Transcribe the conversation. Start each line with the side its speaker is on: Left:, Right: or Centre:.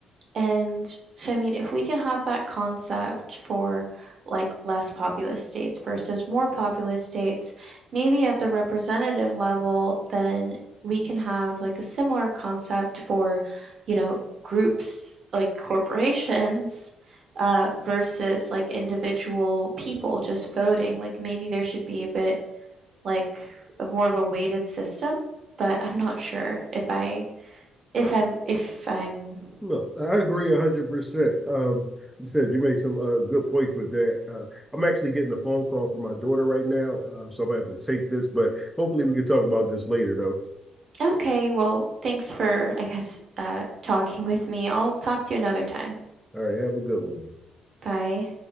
Right: and so, I mean, if we can have that concept for like less populous states versus more populous states, maybe at the representative level, then we can have like a similar concept for, you know, groups like corporations <laughs> uh, versus like individual people just voting. Like maybe there should be a bit like a more of a weighted system, but I'm not sure if I if I'm if I'm
Centre: Look, I agree a hundred percent. Um, you said you make some uh, good points with that. Uh, I'm actually getting a phone call from my daughter right now, uh, so I'm gonna have to take this, but hopefully we can talk about this later, though.
Right: Okay, well, thanks for, I guess, uh, talking with me. I'll talk to you another time.
Centre: All right, have a good one.
Right: Bye.